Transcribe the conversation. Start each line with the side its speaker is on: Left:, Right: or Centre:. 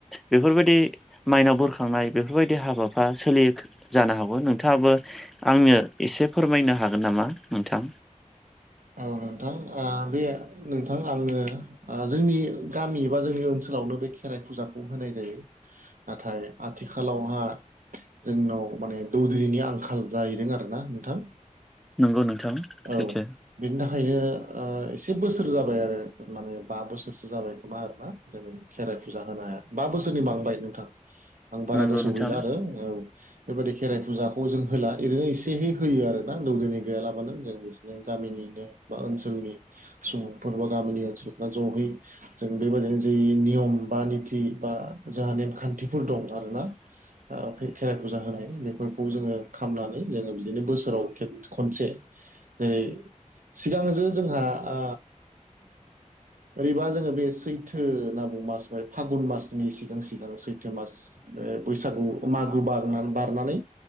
Centre: बेफोरबायदि माइनाव बुरखांनाय बेफोरबायदि हाबाफ्रा सोलियो जानो हागौ नोंथाङाबो आंनो एसे फोरमायनो हागोन नामा नोंथां।
Right: औ नोंथां बे नोंथां आङो जोंनि गामि बा जोंनि ओनसोलावनो बे खेराइ फुजाखौ होनाय जायो। नाथाय आथिखालावहा, जोंनाव माने दौदिनिनि आंखाल जाहैदों आरोना नोंथां,
Centre: नंगौ नोंथां। सैथो
Right: औ बिनि थाखायनो ओ एसे बोसोर जाबाय आरो माने बा बोसोरसो जाबाय खोमा आरोना खेराइ फुजा होनो बा बोसोरनि बांबाय नोंथां आं बारा
Centre: नंगौ
Right: गोसो
Centre: नोंथां
Right: आव गैला आरो औ बेबायदि खेराइ फुजाखौ जों होला ओरैनो एसेहै होयो आरो ना दौदिनि गैयालाबानो जों, बिदिनो गामिनिनो बा ओनसोलनि सुबुंफोर बा गामिनि ओनसोलफ्रा ज'यै, जों बेबायदिनो जे नियम बा निथि बा जोंहा नेमखान्थिफोर दं आरोना।
Centre: <inaudible>
Right: ओ खेराइ फुजा होनाय बेफोरखौ जोङो खालामनानै जोङो बिदिनो बोसोराव खनसे जेरै सिगांजो जोंहा आ। ओरैबा जोङो बे सैथो होनना बुङो मास फागुन मासनि सिगां सिगां सैथो मास बे बैसागु मागो बार बारनानै